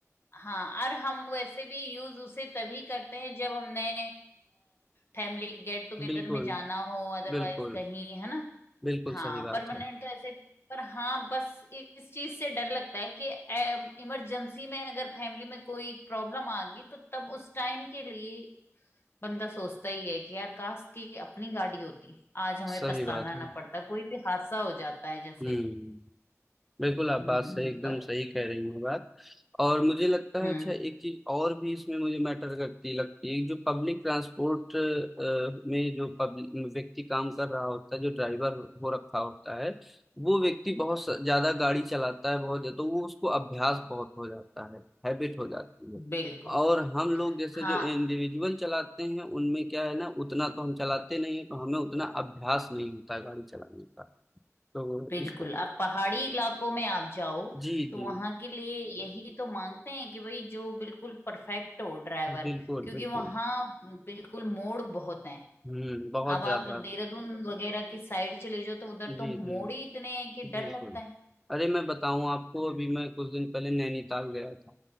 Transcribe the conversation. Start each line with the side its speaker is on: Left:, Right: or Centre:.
Left: हाँ और हम वैसे भी यूज उसे तभी करते हैं जब हमने फैमिली गेट टुगेदर
Centre: बिल्कुल
Left: में जाना हो अदरवाइज
Centre: बिल्कुल
Left: कहीं है ना
Centre: बिल्कुल
Left: हाँ
Centre: सही बात
Left: परमानेंट
Centre: है
Left: तो ऐसे पर हाँ बस इ- इस चीज से डर लगता है कि इमरजेंसी में अगर फैमिली में कोई प्रॉब्लम आ गई तो तब उस टाइम के लिए बंदा सोचता ही है कि यार काश की अपनी गाड़ी होती आज हमें
Centre: सही
Left: पछताना
Centre: बात है
Left: ना पड़ता कोई भी हादसा हो जाता है जैसे
Centre: हम्म बिल्कुल आप
Left: हम्म
Centre: बात सही एकदम
Left: पर
Centre: सही कह रही हैं बात और मुझे लगता
Left: हम्म
Centre: है अच्छा एक चीज और भी इसमें मुझे मैटर करती लगती है जो पब्लिक ट्रांसपोर्ट में जो पब्लिक व्यक्ति काम कर रहा होता है जो ड्राइवर हो रखा होता है वो व्यक्ति बहुत स- ज्यादा गाड़ी चलाता है बहुत तो वो उसको अभ्यास बहुत हो जाता है हैबिट हो जाती है
Left: बिल्कुल
Centre: और हम लोग जैसे
Left: हाँ
Centre: जो इंडिविजुअल चलाते हैं उनमें क्या है ना उतना तो हम चलाते नहीं है तो हमें उतना अभ्यास नहीं होता गाड़ी चलाने का तो
Left: बिल्कुल
Centre: इस
Left: आप पहाड़ी इलाकों में आप जाओ
Centre: जी
Left: तो
Centre: जी
Left: वहां के लिए यही तो मांगते हैं कि भाई जो बिल्कुल परफेक्ट हो ड्राइवर
Centre: बिल्कुल
Left: क्योंकि
Centre: बिल्कुल
Left: वहां बिल्कुल मोड़ बहुत हैं
Centre: हम्म बहुत
Left: अब
Centre: ज्यादा
Left: आप देहरादून वगैरह की साइड चले जाओ तो उधर
Centre: जी
Left: तो
Centre: जी
Left: मोड़ ही इतने हैं कि डर
Centre: बिल्कुल
Left: लगता है
Centre: अरे मैं बताऊं आपको
Left: हम्म
Centre: अभी मैं कुछ दिन पहले नैनीताल गया था